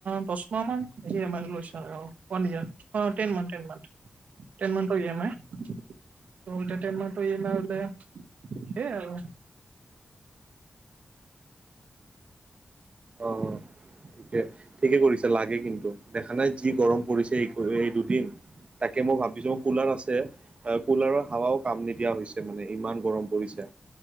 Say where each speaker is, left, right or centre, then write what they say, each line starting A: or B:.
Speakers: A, on the right (about 80°); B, on the right (about 50°).
A: দহ মাহ ইমেল লৈছে আৰুৱান টেন মান <inaudible> েন মান <inaudible> টেন মাহ মান ইয়েমান। উলটাইম এ নলে হেই আৰু <inaudible>
B: অ' ঠিকে ঠিকে কৰিছো। লাগে কিন্তু দেখা নাই যি গৰম পৰিছে এই এই দুদিন তাকে মই ভাবিছো মোৰ কুলাৰ আছে। কুলাৰৰ হাৱাও কাম নিদিয়া হৈছে মানে ইমান গৰম পৰিছে।